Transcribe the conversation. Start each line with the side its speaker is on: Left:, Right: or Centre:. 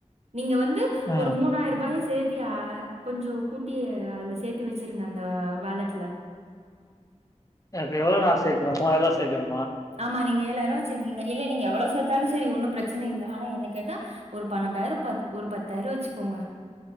Right: நீங்க வந்து
Left: ம்.
Right: ஒரு மூணாயிரூபாய சேத்தி கொஞ்சோ கூட்டி அதுல சேத்தி வச்சிருங்க அந்த வாலட்ல
Left: அது எவ்ளோ நா சேக்கனு மூவாயிருவா சேக்கனு
Right: ஆமா நீங்க ஏழாயிரூவா வச்சிருக்கீங்க இல்ல நீங்க எவ்வளோ சேத்தாலு சரி ஒன்னு பிரச்சன இல்லை ஆனா என்ன கேட்டா ஒரு பன்னெண்டாயிரோ ப ஒரு பத்தாயிரோ வச்சுக்கோங்க